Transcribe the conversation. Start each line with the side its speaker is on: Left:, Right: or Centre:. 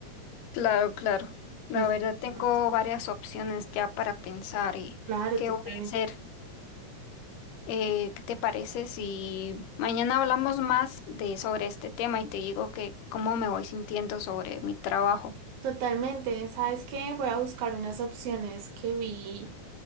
Left: Claro, claro. La
Right: No sé
Left: verdad,
Right: cómo
Left: tengo
Right: ves.
Left: varias opciones ya para pensar y
Right: Claro,
Left: qué
Right: totalmente.
Left: voy a hacer. Eh, ¿qué te parece si mañana hablamos más de sobre este tema y te digo que cómo me voy sintiendo sobre mi trabajo?
Right: Totalmente. ¿Sabes qué? Voy a buscar unas opciones que vi